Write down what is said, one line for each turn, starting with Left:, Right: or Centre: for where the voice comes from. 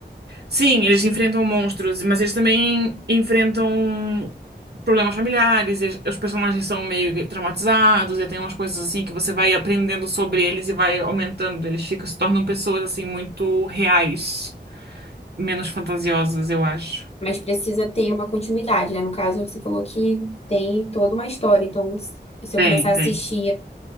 Right: Sim, eles enfrentam monstros, mas eles também enfrentam problemas familiares. eles- os personagens são meio que traumatizados, e tem umas coisas assim que você vai aprendendo sobre eles e vai aumentando. Eles ficam, se tornam pessoas assim muito reais, menos fantasiosas, eu acho.
Left: Mas precisa ter uma continuidade, né? No caso, você falou que tem toda uma história. Então, se
Right: Tem,
Left: eu começar a assistir
Right: tem.